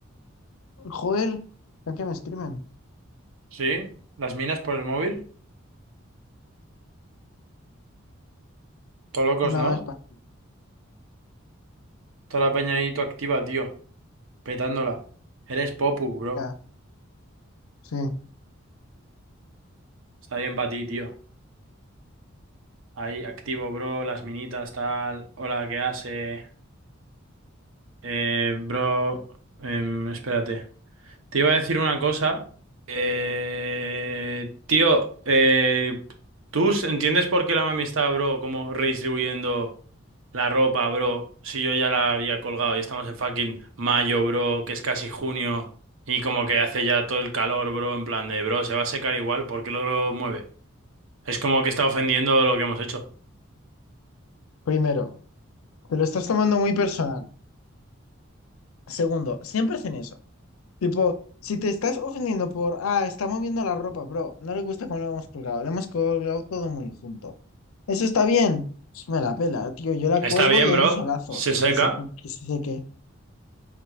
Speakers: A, on the left; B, on the right.
A: Joder, ¿a qué me escriben?
B: ¿Sí? ¿Las minas por el móvil? Todo locos,
A: No,
B: ¿no?
A: es para...
B: Toda la peña ahí, tú activa, tío. Petándola. Eres Popu, bro.
A: Ya, sí.
B: Está bien para ti, tío. Ahí, activo, bro. Las minitas, tal. Hola, ¿qué hace? Eh, bro. em, espérate. Te iba a decir una cosa. Eh, tío, eh, ¿tú s- entiendes por qué la mami está, bro, como redistribuyendo la ropa, bro? Si yo ya la había colgado y estamos en fucking mayo, bro, que es casi junio y como que hace ya todo el calor, bro, en plan de, bro, se va a secar igual, ¿por qué lo mueve? Es como que está ofendiendo lo que hemos hecho.
A: Primero, te lo estás tomando muy personal. Segundo, siempre hacen eso. Tipo, si te estás ofendiendo por, ah, está moviendo la ropa, bro, no le gusta cómo lo hemos colgado, lo hemos colgado todo muy junto. Eso está bien. Pues Me la pela, tío. Yo la
B: Está
A: cuelgo
B: bien,
A: y hay
B: bro.
A: un solazo
B: Se seca.
A: y que se, cu- que se seque.